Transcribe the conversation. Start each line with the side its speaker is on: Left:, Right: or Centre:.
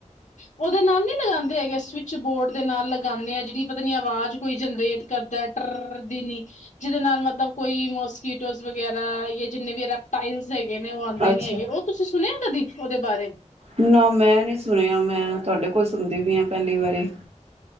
Left: ਉਹਦੇ ਨਾਲ ਨੀ ਲਗਾਂਦੇ ਹੈਗੇ ਸਵਿਚ ਬੋਰਡ ਦੇ ਨਾਲ ਲਗਾਂਦੇ ਆ, ਜਿਹੜੀ ਪਤਾ ਨੀ ਆਵਾਜ਼ ਕੋਈ ਜਨਰੇਟ ਕਰਦਾ ਟਰਰ ਦੀ ਨੀ ਜਿਹਦੇ ਨਾਲ ਮਤਲਬ ਕੋਈ ਮੋਸਕੀਟੋਸ ਵਗੈਰਾ ਜਾਂ ਜਿੰਨੇ ਵੀ ਰੈਪਟਾਈਲ ਹੈਗੇ ਨੇ ਉਹ ਆਂਦੇ
Right: ਅੱਛਾ
Left: ਨੀ ਹੈਗੇ, ਉਹ ਤੁਸੀਂ ਸੁਣਿਆ ਕਦੀ ਉਹਦੇ ਬਾਰੇ
Right: ਨਾ ਮੈਂ ਨੀ ਸੁਣਿਆ ਮੈਂ ਤੁਹਾਡੇ ਕੋਲ ਸੁਣਦੀ ਵੀਈ ਹਾਂ ਪਹਿਲੀ ਵਾਰੀ